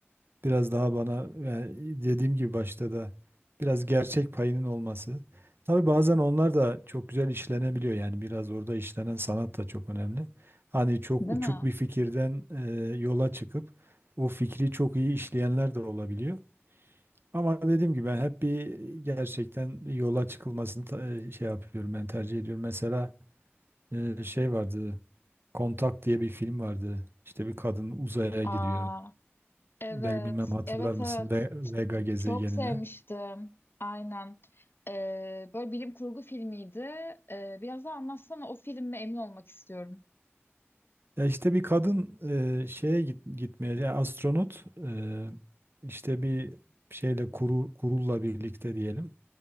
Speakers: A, on the right (about 55°); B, on the left (about 55°).
A: Biraz daha bana yani dediğim gibi başta da biraz gerçek payının olması. Tabii bazen onlar da çok güzel işlenebiliyor yani biraz orada işlenen sanat da çok önemli. Hani çok
B: Değil
A: uçuk
B: mi?
A: bir fikirden e, yola çıkıp o fikri çok iyi işleyenler de olabiliyor. Ama dediğim gibi ben hep bir gerçekten yola çıkılmasını ta- e, şey yapıyorum ben tercih ediyorum. Mesela e, şey vardı Kontak diye bir film vardı. İşte bir kadın uzaya
B: Aa,
A: gidiyor.
B: Evet,
A: Ben bilmem hatırlar
B: evet,
A: mısın
B: evet.
A: Ve- Vega gezegenine.
B: Çok sevmiştim. Aynen. Ee, böyle bilim kurgu filmiydi. Ee, biraz daha anlatsana o filmi emin olmak istiyorum.
A: Ya işte bir kadın e, şeye git, gitmeye yani astronot e, işte bir şeyle kuru, kurulla birlikte diyelim.